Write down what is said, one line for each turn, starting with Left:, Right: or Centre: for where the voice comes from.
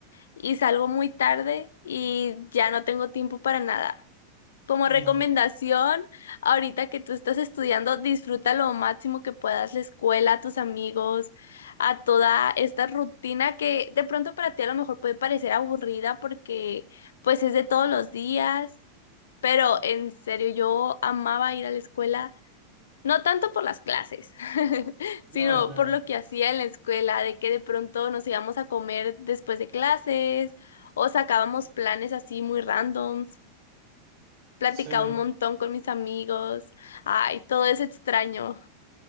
Left: y salgo muy tarde y ya no tengo tiempo para nada. Como
Right: No,
Left: recomendación, ahorita que tú estás estudiando, disfruta lo máximo que puedas la escuela, a tus amigos, a toda esta rutina que de pronto para ti a lo mejor puede parecer aburrida porque pues es de todos los días pero en serio, yo amaba ir a la escuela, no tanto por las clases, <laughs> sino
Right: no, claro.
Left: por lo que hacía en la escuela, de que de pronto nos íbamos a comer después de clases o sacábamos planes así muy randoms, platicaba
Right: Sí,
Left: un montón con mis amigos, ay, todo es extraño.